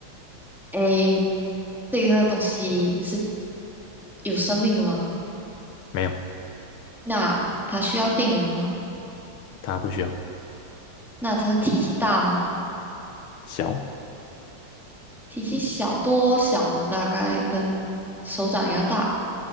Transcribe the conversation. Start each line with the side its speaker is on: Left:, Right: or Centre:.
Centre: a 这个东西是有生命的吗？
Left: 没有，
Centre: 那它需要电源吗？
Left: 他不需要。
Centre: 那它的体积大吗？
Left: 小，
Centre: 体积小多小呢？大概跟手掌一样大，